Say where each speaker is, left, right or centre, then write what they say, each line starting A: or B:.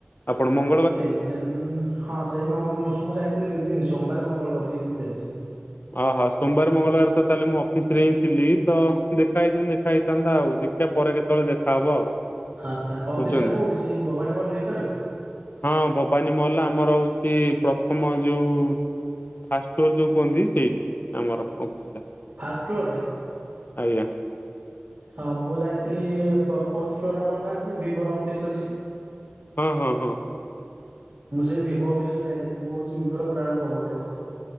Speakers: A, on the left (about 50°); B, on the right (about 85°).
A: ଆପଣ ମ
B: ତିନି ତିନ ହଁ ସେଇ ମୁଁ ଯାଇଥିଲି ଦି ଦିନ ସୋମବାର ମଙ୍ଗଳବାର ଦିଇ ଦିନ ଯାଇଥିଲି।
A: ଓହୋ ସୋମବାର ମଙ୍ଗଳବାର ତ ତାହେଲେ ମୁଁ ଅଫିସ ରେ ହିଁ ଥିଲି ତ ଦେଖା ହେଇଥିଲି ଦେଖା ହେଇଥାନ୍ତା ଆଉ ଦେ ଦେଖିଆ ପରେ କେତେବେଳେ ଦେଖା ହବ ଆଉ
B: ଆଚ୍ଛା ଅଫିସ୍
A: ବୁଝୁଛନ୍ତି
B: ଟା କୋଉଁଠି ସେଇ ଭବାନୀ ମଲ୍ ଭିତରେ କି?
A: ହଁ ଭବାନୀ ମହଲ ଆମର ହଉଛି ପ୍ରଥମ ଯୋଉ ଫାର୍ଷ୍ଟ ଫ୍ଲୋର ଯୋଉ କୁହନ୍ତି ସେଇଠି ଆମର ଅଫିସ ଟା।
B: ଫାଷ୍ଟ ଫ୍ଲୋରରେ
A: ଆଜ୍ଞା
B: ହଁ ମୁଁ ଯାଇଥିଲି ଫୋର୍ଥ ଫ୍ଲୋରରେ ଆପଣ ଜାଣିଛନ୍ତି ଭିବୋ ର ଅଫିସ୍ ଅଛି।
A: ହଁ ହଁ ହଁ
B: ମୁଁ ସେଇ ଭିବୋ ଅଫିସକୁ ଯାଇଥିଲି ମୁଁ ହେଉଛି ଭିିବୋର ବ୍ରାଣ୍ଡ ପ୍ରମୋଟର।